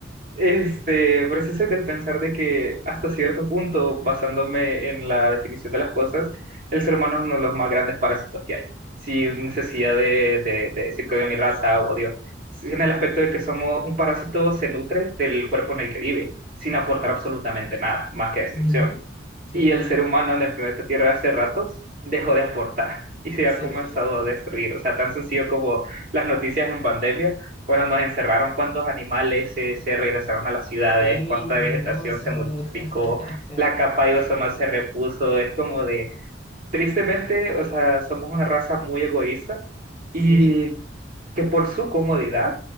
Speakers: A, on the right (about 45°); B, on the left (about 30°).
A: Este, pero sí soy del pensar de que hasta cierto punto, basándome en la definición de las cosas, el ser humano es uno de los más grandes parásitos que hay, sin necesidad de, de, de decir que odio mi raza o odio, Sí, en el aspecto de que somos un parásito, se nutre del cuerpo en el que vive, sin aportar absolutamente nada, más que destrucción.
B: Ujú, Sí,
A: Y el ser humano en el planeta Tierra hace ratos dejó de aportar y se
B: sí.
A: ha comenzado a destruir. O sea, tan sencillo como las noticias en pandemia, cuando nos encerraron, cuántos animales se, se regresaron a las ciudades,
B: Sí,
A: cuánta
B: qué
A: vegetación
B: hermoso.
A: se multiplicó,
B: <laughs>
A: la capa de ozono se repuso. Es como de, tristemente, o sea, somos una raza muy egoísta.
B: Sí.
A: Y que por su comodidad